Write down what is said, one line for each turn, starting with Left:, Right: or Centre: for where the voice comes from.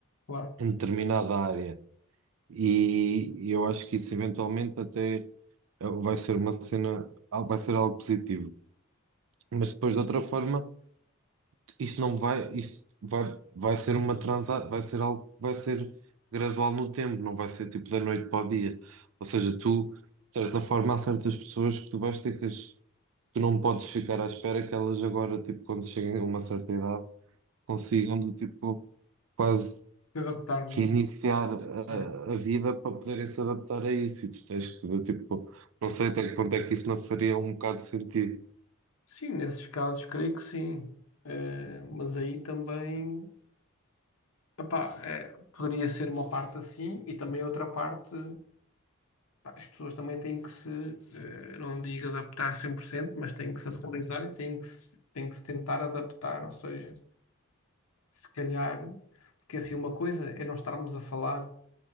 Left: Claro.
Right: em determinada área. E eu acho que isso eventualmente até eh, vai ser uma cena, al- vai ser algo positivo. Mas depois, de outra forma, isto não vai, isto vai, vai ser uma transa, vai ser algo que vai ser gradual no tempo, não vai ser tipo da noite para o dia. Ou seja, tu, de certa forma, há certas pessoas que tu vais ter que as tu não podes ficar à espera que elas agora, tipo, quando cheguem a uma certa idade, consigam, do tipo, quase
Left: Se adaptar, não
Right: reiniciar
Left: é?
Right: a,
Left: Sim.
Right: a vida para poderem se adaptar a isso. E tu tens que, do tipo, não sei até que ponto é que isso não faria um bocado de sentido.
Left: Sim, nesses casos creio que sim. Eh, mas aí também. Epá, é, poderia ser uma parte assim e também outra parte, pá, as pessoas também têm que se, eh, não digo adaptar cem por cento mas têm que se atualizar e têm que se, têm que se tentar adaptar, ou seja, se calhar, porque assim uma coisa é não estarmos a falar